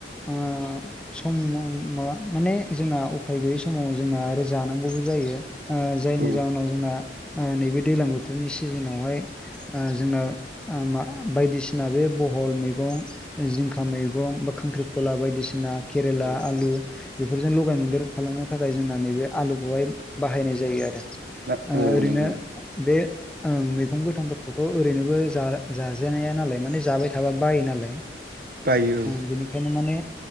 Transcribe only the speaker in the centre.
ओ सम माबा माने जोंना उफाय गैयै समाव जोंना आरो जानांगौबो जायो। ओ जायनि
जाहोनाव जोंना नैबे दैजलां बोथोरनि सिजोनावहाय ओ जोंना ओ बायदिसिना बे बहल मैगं जिंखा मैगं बा खांख्रिखला बायदिसिना केरेला
आलु बेफोरजों लगाय मोनदेर खालामनो थाखाय जोंना नैबे आलुखौहाय बाहायनाय जायो आरो।
ओरैनो
बे ओं मैगं गोथांफोरखौथ' ओरैनोबो जाजानाया नालाय माने जाबाय थाबा बायो नालाय।
बिनिखायनो माने